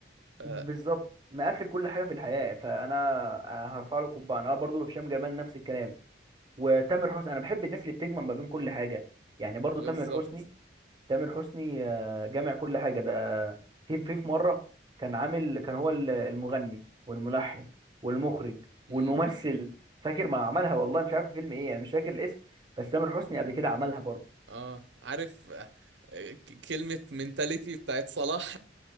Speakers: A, on the right; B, on the right.
A: ف-
B: بالظبط مقفل كل حاجه في الحياه فانا آه، هرفع له القبعه انا برضه هشام جمال نفس الكلام وتامر حسني انا بحب الناس اللي بتجمع ما بين كل حاجه يعني برضه
A: بالظبط
B: تامر حسني تامر حسني آه، جامع كل حاجه ده في في في مره كان عامل كان هو ال- المغني والملحن والمخرج والممثل
A: امم
B: فاكر ما عملها والله مش عارف في فيلم ايه انا مش فاكر الاسم بس تامر حسني قبل كده عملها برضه
A: اه عارف آه، ك- كلمة منتاليتي بتاعت صلاح